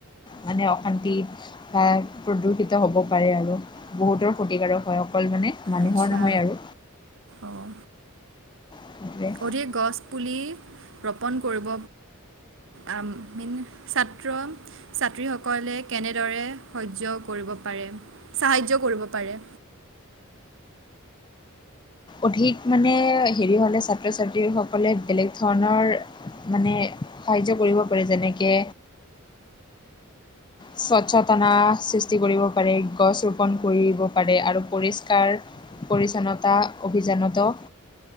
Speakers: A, on the left; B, on the right.
A: মানে অশান্তি বা প্ৰদূষিত হ'ব পাৰে আৰু বহুতৰ ক্ষতিকাৰক হয়, অকল মানে মানুহৰ
B: আচ্ছা
A: নহয় আৰু
B: অ'।
A: <unintelligible>
B: অধিক গছ পুলি ৰপণ কৰিব, আ মিন ছাত্ৰ-ছাত্ৰীসকলে কেনেদৰে সহ্য কৰিব পাৰে? সাহাৰ্য কৰিব পাৰে।
A: অধিক মানে হেৰি হলে ছাত্ৰ-ছাত্ৰীসকলে বেলেগ ধৰণৰ মানে সাহাৰ্য কৰিব পাৰে, যেনেকে স্বচতনা সৃষ্টি কৰিব পাৰে, গছ ৰো পণ কৰিব পাৰে আৰু পৰিষ্কাৰ পৰিচ্ছন্নতা অভিযানত